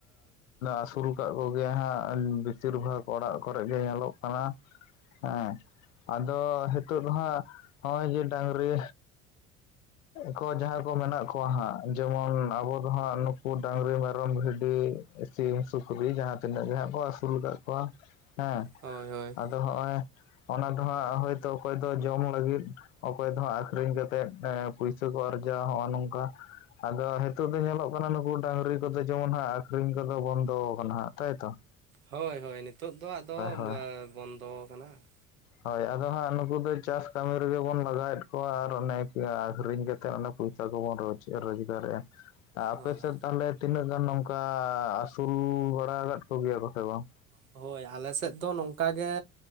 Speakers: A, on the left (about 75°); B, on the right (about 80°).
A: ᱟᱹᱥᱩᱞ ᱟᱠᱟᱫ ᱠᱚᱜᱮᱭᱟ ᱦᱟᱸᱜ ᱵᱮᱥᱤᱨ ᱵᱷᱟᱜᱽ ᱚᱲᱟᱜ ᱠᱚᱨᱮ ᱜᱮ ᱧᱮᱞᱚᱜ ᱠᱟᱱᱟ ᱦᱮᱸ ᱟᱫᱚ ᱦᱤᱛᱚᱜ ᱫᱚ ᱦᱟᱸᱜ ᱾ ᱱᱚᱜᱼᱚᱭ ᱡᱮ ᱰᱟᱝᱨᱤ ᱠᱚ ᱡᱟᱦᱟᱸᱭ ᱠᱚ ᱢᱮᱱᱟᱜ ᱠᱚᱣᱟ ᱦᱟᱸᱜ, ᱡᱮᱢᱚᱱ ᱟᱵᱚ ᱫᱚ ᱦᱟᱸᱜ ᱱᱩᱠᱩ ᱰᱟᱝᱨᱤ, ᱢᱮᱨᱚᱢ, ᱵᱷᱤᱰᱤ, ᱥᱤᱢ, ᱥᱩᱠᱨᱤ ᱡᱟᱦᱟᱸ ᱛᱤᱱᱟᱹᱜ ᱜᱮᱜ ᱠᱚ ᱟᱹᱥᱩᱞ ᱟᱠᱟᱫ ᱠᱚᱣᱟ ᱦᱮᱸ ᱾
B: ᱦᱳᱭ ᱦᱳᱭ,
A: ᱟᱫᱚ ᱦᱚᱜᱼᱚᱭ ᱚᱱᱟ ᱫᱚᱦᱟᱸᱜ ᱦᱳᱭᱛᱚ ᱚᱠᱚᱭ ᱫᱚ ᱡᱚᱢ ᱞᱟᱹᱜᱤᱫ, ᱚᱠᱚᱭ ᱫᱚᱦᱟᱸᱜ ᱟᱠᱷᱨᱤᱧ ᱠᱟᱛᱮᱜ ᱯᱩᱭᱥᱟᱹ ᱠᱚ ᱟᱨᱡᱟᱣᱟᱼᱟ ᱱᱚᱜᱼᱚᱭ ᱱᱚᱝᱠᱟ ᱾ ᱟᱫᱚ ᱱᱤᱛᱚᱜ ᱫᱚ ᱧᱮᱞᱚᱜ ᱠᱟᱱᱟ ᱱᱩᱠᱩ ᱰᱟᱹᱝᱨᱤ ᱠᱚᱫᱚ ᱡᱮᱢᱚᱱ ᱦᱟᱸᱜ ᱟᱠᱷᱨᱤᱧ ᱠᱚᱫᱚ ᱵᱚᱱᱫᱚ ᱟᱠᱟᱱᱟ ᱦᱟᱸᱜ ᱛᱟᱭᱛᱚ ᱾
B: ᱦᱳᱭ ᱦᱳᱭ ᱱᱤᱛᱚᱜ ᱫᱚ ᱟᱫᱚ
A: ᱦᱳᱭ
B: ᱵᱚᱱᱫᱚ ᱠᱟᱱᱟ ᱾
A: ᱦᱳᱭ ᱟᱫᱚ ᱦᱟᱸᱜ ᱱᱩᱠᱩ ᱫᱚ ᱪᱟᱥ ᱠᱟᱹᱢᱤ ᱨᱮᱜᱮ ᱵᱚᱱ ᱞᱟᱜᱟᱣᱮᱫ ᱠᱚᱣᱟ ᱟᱨ ᱚᱱᱮ ᱟᱹᱠᱷᱨᱤᱧ ᱠᱟᱛᱮ ᱯᱚᱭᱥᱟ ᱠᱚᱵᱚᱱ ᱨᱚᱡᱽ ᱨᱳᱡᱽᱜᱟᱨᱮᱜᱼᱟ ᱾ ᱟᱯ
B: ᱦᱳᱭ
A: ᱥᱮᱫ ᱛᱟᱦᱚᱞᱮ ᱛᱤᱱᱟᱹᱜ ᱜᱟᱱ ᱱᱚᱝᱠᱟ ᱥᱩᱨᱩ ᱵᱟᱲᱟ ᱟᱠᱟᱫ ᱠᱚᱜᱮᱭᱟ ᱠᱚ ᱥᱮ ᱵᱟᱝ?
B: ᱦᱳᱭ ᱟᱞᱮ ᱥᱮᱫ ᱫᱚ ᱱᱚᱝᱠᱟᱜ ᱜᱮ